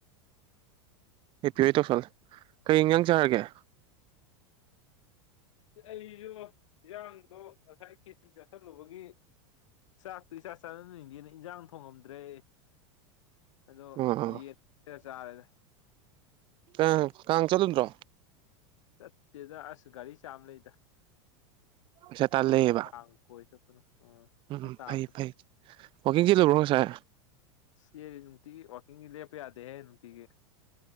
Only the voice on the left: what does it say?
ꯑꯣ
ꯑꯩꯗꯨ ꯌꯦꯟꯖꯥꯡꯗꯣ ꯉꯁꯥꯏ ꯈꯦꯆꯤ ꯆꯥꯁꯤꯜꯂꯨꯕꯒꯤ ꯆꯥꯛꯇꯤ ꯏꯆꯥ ꯆꯥꯅꯅꯤꯡꯗꯦꯅ ꯏꯟꯖꯥꯡ ꯊꯣꯡꯉꯝꯗ꯭ꯔꯦ ꯑꯗꯣ
ꯌꯦ <unintelligible> ꯆꯥꯔꯦꯗ
ꯆꯠꯇꯦꯗ ꯑꯁ ꯒꯥꯔꯤ ꯆꯥ ꯑꯃ ꯂꯩꯗ
ꯀꯔꯤ
ꯀꯥꯡ ꯀꯣꯢ ꯆꯠꯄꯅꯣ ꯑ
ꯈꯔ
ꯇꯥꯕꯅ
ꯁꯤ ꯅꯨꯡꯇꯤꯒꯤ ꯋꯥꯛꯀꯤꯡꯒꯤ ꯂꯦꯞꯄ ꯌꯥꯗꯦꯍꯦ ꯅꯨꯡꯇꯤꯒꯤ